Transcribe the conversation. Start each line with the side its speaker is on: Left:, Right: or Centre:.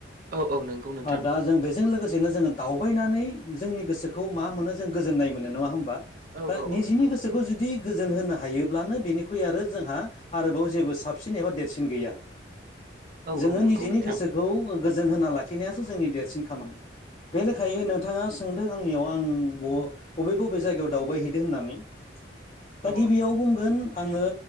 Right: औ औ नंगौ नोंथां
Left: ओक् दा जों बेजों लोगोसे जेननो जोङो दावबायनानै जोंनि गोसोखौ मा मोनो जों गोजोननाय मोनो नङा होमबा
Right: औ
Left: दा
Right: औ
Left: निजिनि
Right: औ नंगौ
Left: गोसोखौ जुदि गोजोन होनो हायोब्लानो बेनिख्रुइ आरो जोंहा आरोबाव जेबो साबसिन एबा देरसिन गैया।
Right: औ
Left: जोङो
Right: औ नंगौ
Left: निजेनि
Right: नोंथां
Left: गोसोखौ गोजोन होना लाखिनायासो जोंनि देरसिन खामानि। बे लेखायै नोंथाङा सोंदों आंनियाव आं बबे बबे जायगायाव दावबायहैदों होननानै दा
Right: औ
Left: गिबियाव बुंगोन आङो